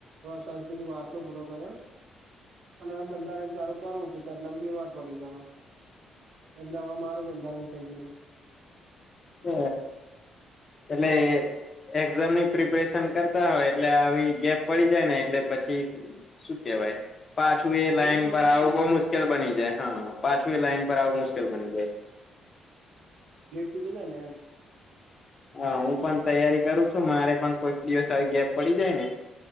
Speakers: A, on the right; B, on the left.
A: સાંસ્કૃતિક વારસો પૂરો કર્યો. અને બંધારણ ચારું કરવું છું એટલે બીમાર પડી ગયો એટલે હવે મારું બંધારણ થઈ ગયું છે.
B: હ એટલે એક્ઝામની પ્રિપરેશન કરતા હોય એટલે આવી ગેપ પડી જાય ને એટલે પછી શું કેવાય પાછું એ લાઈન
A: લિંક તૂટી
B: પર આવું
A: જાય ને
B: બોવ મુશ્કેલ બની જાય હા પાછું એ લાઈન પર આવું મુશ્કેલ બની જાય
A: સુતી જાય ને એમ
B: હા હું પણ તૈયારી કરું છું મારે પણ કોઈક દિવસ આવી ગેપ પડી જાય ને